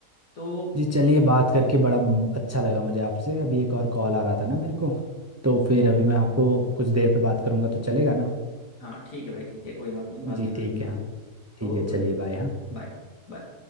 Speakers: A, on the left; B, on the right.
A: तो
B: जी चलिए बात करके बड़ा म- अच्छा लगा मुझे आपसे अभी एक और कॉल आ रहा था ना मेरे को तो फिर अभी मैं आपको कुछ देर पे बात करूंगा तो चलेगा ना
A: हाँ ठीक है भाई ठीक है कोई बात नहीं बाद
B: जी
A: में कर
B: ठीक
A: लेंगे बात
B: है हाँ ठीक
A: ओके
B: है चलिए
A: भाई
B: बाय हाँ
A: बाय बाय